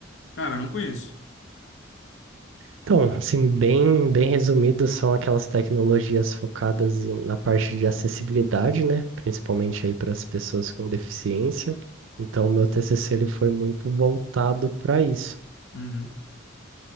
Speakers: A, on the left; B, on the right.
A: Cara, eu não conheço.
B: Então, assim, bem, bem resumido, são aquelas tecnologias focadas em- na parte de acessibilidade, né? Principalmente aí para as pessoas com deficiência. Então, o meu TCC ele foi muito voltado para isso.
A: Uhum.